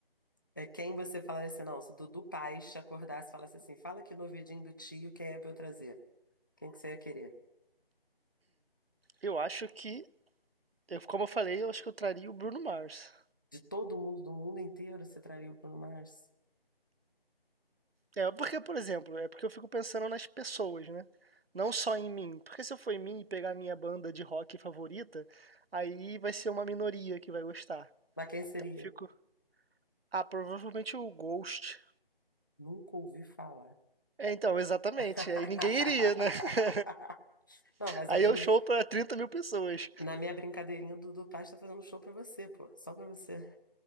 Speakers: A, on the left; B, on the right.
A: É quem você falaria assim, não, se Dudu Paes te acordasse e falasse assim, fala aqui no ouvidinho do tio quem é pra eu trazer. Quem que você ia querer?
B: eu acho que Eu, como eu falei, eu acho que eu traria o Bruno Mars.
A: De todo mundo, do mundo inteiro, você traria o Bruno Mars?
B: É, porque, por exemplo, é porque eu fico pensando nas pessoas, né? Não só em mim. Porque se eu for em mim e pegar a minha banda de rock favorita, aí vai ser uma minoria que vai gostar.
A: Mas quem seria?
B: Então eu fico. Ah, provavelmente o Ghost.
A: Nunca ouvi falar.
B: É, então, exatamente.
A: <laughs>
B: Aí ninguém iria, né? <laughs>
A: Não, mas
B: Aí
A: aí
B: eu
A: Dudu,
B: show pra 30 mil pessoas.
A: na minha brincadeirinha, o Dudu Paz tá fazendo um show pra você, pô. Só pra você.